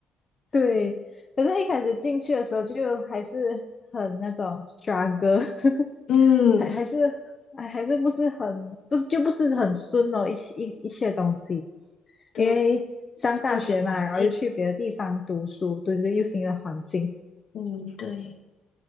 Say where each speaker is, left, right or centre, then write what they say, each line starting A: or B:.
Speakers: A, on the left; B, on the left.
A: 对，可是一开始进去的时候就还是很那种 struggle，<laughs>
B: 嗯，
A: 还还是还还是不是很不是就不是很顺哦，一一一切东西，
B: 对，
A: 因为上大学嘛，
B: 是一个环境。
A: 然后又去别的地方读书，对对，又新的环境，
B: 嗯，对。